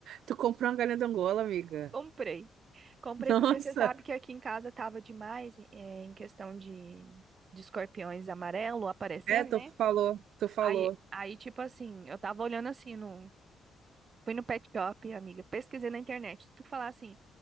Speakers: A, on the right; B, on the right.
A: Tu comprou uma galinha de Angola, amiga?
B: Comprei. Comprei
A: <laughs> Nossa!
B: porque você sabe que aqui em casa tava demais, é, em questão de, de escorpiões amarelo aparecendo,
A: É, tu
B: né?
A: falou, tu falou.
B: Aí, aí, tipo assim, eu tava olhando assim no. Fui no Pet Shop, amiga. Pesquisei na internet. Tudo que falar assim.